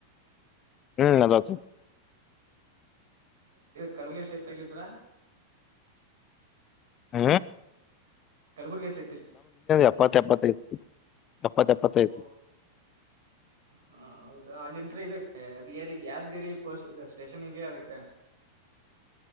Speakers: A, on the left; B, on the right.
A: ಹ್ಮ್ ಅಲ್ಲತ್ತ
B: ಕಲಗಿ ಎಷ್ಟ ಐತ ಇಲಂದ್ರ.
A: ಹ.
B: ಕಲಬುರ್ಗಷ್ಟ.
A: ಎಪ್ಪತ್ ಎಪ್ಪತ್ತೈದು ಎಪ್ಪತ್ ಎಪ್ಪತ್ತೈದು
B: ಹ ಹಾ ಹೌದ ಅಲ್ಲಿಂತ್ರ ಇದ. ಅದ್ ಯಾರ ಯಾದ್ಗರಿ ಪೋ ಇದ ಸ್ಟೇಷನ್ಿಗೆ ಅದಕ್ಕ.